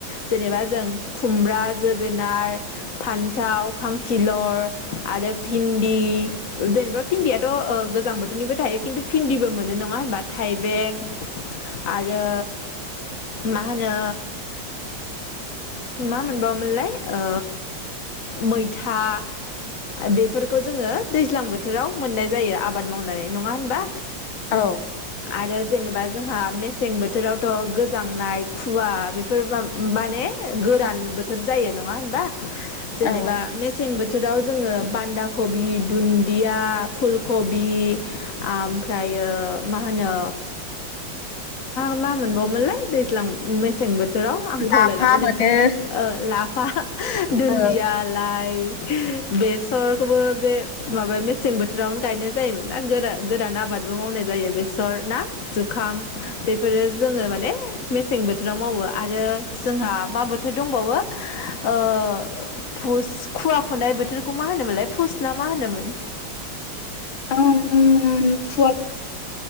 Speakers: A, on the left; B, on the left.
A: जेनेबा जों खुमब्रा जोगोनार फान्थाव खांखिलर आरो भिन्दि जेनेबा भिन्दियाथ' ओ गोजां बोथोरनिबो थायो खिन्थु भिन्दिबो मोनो नङा होनबा थाइबें आरो मा होनो मा मोनबावोमोनलाय ओ मैथा बेफोरखौ जोङो दैज्लां बोथोराव मोननाय जायो आबाद मावनानै नङा होनबा।
B: औ
A: आरो जेनेबा जोंहा मेसें बोथोराव थ' गोजांनाय खुवा बेफोर माने गोरान बोथोर जायो नङा होनबा जेनेबा
B: औ
A: मेसें बोथोर बोथोराव जोङो बान्दा कबि दुन्दिया फुल कबि ओमफ्राय एयो मा होनो मा मा मोनबावोनलाय दैज्लां मसें बोथ बोथोराव आं बावलायलांबाय
B: लाफा
A: नोंथोर
B: मोनो
A: लाफा दुन्दिया
B: औ
A: लाइ बेसरखौबो बे माबा मेसें बोथोरावनो गायनाय जायोमोन दा गोरा गोरान आबाद। आबादबो मावनाय जायो बेसर ना जुखाम। बेफोरो जोङो माने मेसें बोथोराव मावो आरो जोंहा मा बोथोर दंबावो। ओ फुष खुवा खुनाय बोथोरखौ मा होनोमोनलाय फुस ना मा होनोमोन।
B: औ ओम फुआ